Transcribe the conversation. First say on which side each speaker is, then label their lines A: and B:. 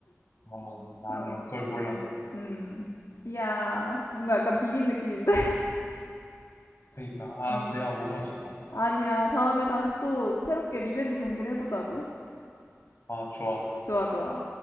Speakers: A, on the left; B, on the left.
A: 어, 아니야,
B: 어,
A: 그걸 몰랐네.
B: 음. 이야, 뭔가 약간 비긴 느낌인데?
A: 그러니까,
B: <laughs>
A: 아,
B: 어.
A: 내가 못 맞췄다.
B: 아니야, 다음에 다시 또 새롭게 리벤지 경기를 해보자고.
A: 아, 좋아.
B: 좋아, 좋아.